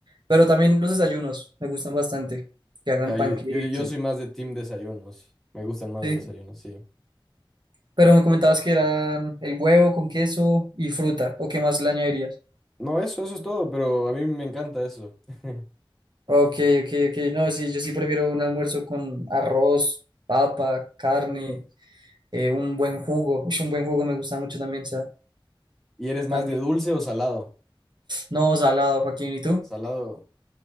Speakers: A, on the right; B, in the centre.
A: Pero también los desayunos, me gustan bastante, que hagan
B: Ajá,
A: panqueques.
B: yo, yo, yo soy más de team desayunos, me gustan más
A: Sí,
B: los desayunos, sí.
A: pero me comentabas que eran el huevo con queso y fruta, ¿o qué más le añadirías?
B: No, eso, eso es todo, pero a mí me encanta eso. <laughs>
A: Ok, ok, ok, no, sí, yo sí prefiero un almuerzo con arroz, papa, carne, eh, un buen jugo. Uy, un buen jugo me gusta mucho también, sea,
B: ¿Y eres más
A: también.
B: de dulce o salado?
A: No, salado, Joaquín, ¿y tú?
B: Salado.